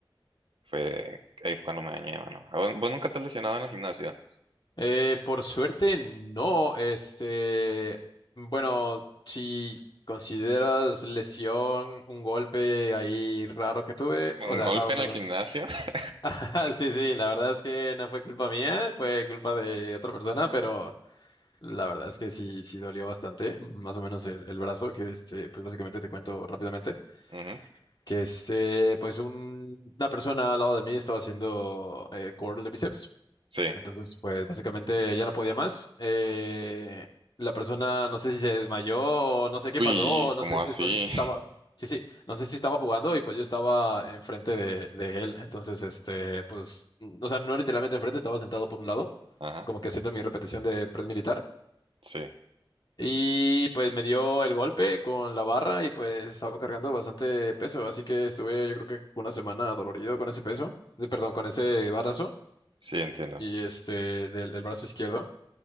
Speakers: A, on the right; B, on the left.
A: Fue ahí fue cuando me dañé, mano. ¿A ¿Vos, vos nunca te has lesionado en el gimnasio?
B: Eh, por suerte, no. Este, bueno, si consideras lesión, un golpe ahí raro que tuve,
A: ¿Un
B: o sea,
A: golpe
B: raro,
A: en
B: perdón.
A: el gimnasio?
B: <laughs>
A: <laughs>
B: Ajá, Sí, sí, la verdad es que no fue culpa mía, fue culpa de otra persona, pero la verdad es que sí, sí dolió bastante, más o menos el, el brazo, que este, pues básicamente te cuento rápidamente,
A: Ujú,
B: que este, pues un- una persona al lado de mí estaba haciendo eh, curl de bíceps.
A: Sí.
B: Entonces, pues básicamente ya no podía más. Eh, la persona no sé si se desmayó, o no sé qué
A: Uy,
B: pasó, o no
A: como
B: sé,
A: así?
B: es- no sé si estaba,
A: <laughs>
B: sí, sí, no sé si estaba jugando y pues yo estaba enfrente de, de él. Entonces, este, pues, n- o sea, no literalmente enfrente, estaba sentado por un lado,
A: Ajá.
B: como que haciendo mi repetición de pred militar.
A: Sí.
B: Y pues me dio el golpe con la barra y pues estaba cargando bastante peso, así que estuve yo creo que una semana dolorido con ese peso, de- perdón, con ese barazo
A: Sí, entiendo.
B: y este del del brazo izquierdo.